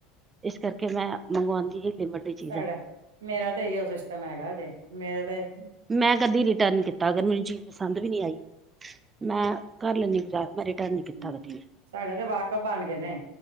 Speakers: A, on the right (about 25°); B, on the right (about 80°).
A: ਇਸ ਕਰਕੇ ਮੈਂ ਮੰਗਵਾਉਂਦੀ ਹੀ ਲਿਮਟ ਦੀ ਚੀਜ਼
B: ਸਾਡਾ,
A: ਆ
B: ਮੇਰਾ ਤੇ ਇਹੀਓ ਸਿਸਟਮ ਹੈਗਾ ਜੇ ਮੇਰੇ ਤੇ
A: ਮੈਂ ਕਦੀ ਰਿਟਰਨ ਕੀਤ ਅਗਰ ਮੈਨੂੰ ਚੀਜ਼ ਪਸੰਦ ਵੀ ਨਹੀਂ ਆਈ ਮੈਂ ਕਰ ਲੈਂਦੀ ਗੁਜ਼ਾਰ ਮੈਂ ਰਿਟਰਨ ਨਹੀ ਕੀਤਾ
B: ਹਮ
A: ਕਦੀ ਵੀ
B: ਸਾਡੇ ਤੇ ਵਾਕਫ ਬਣ ਗਏ ਨੇ